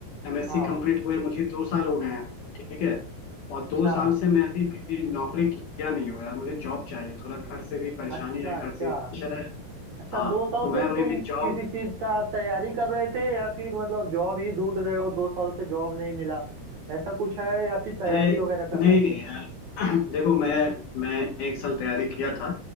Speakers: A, on the left; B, on the right.
A: एमएससी
B: हाँ
A: कंप्लीट हुए मुझे दो साल हो गए हैं ठीक है और
B: अच्छा
A: दो साल से मैं अभी किसी नौकरी किया नहीं हूँ यार मुझे जॉब चाहिए थोड़ा घर से भी परेशानी
B: अच्छा
A: है घर
B: अच्छा
A: से भी प्रेशर है
B: अच्छा
A: हाँ
B: दो साल
A: तो मैं
B: से
A: वही
B: तुम
A: जॉब
B: किसी चीज का तैयारी कर रहे थे या फिर मतलब जॉब ही ढूंढ रहे हो दो साल से जॉब नहीं मिला ऐसा कुछ है या फिर तैयारी
A: अरे
B: वगैरह कर
A: नहीं
B: रहे थे
A: नहीं यार <clears throat> देखो मैं मैं एक साल तैयारी किया था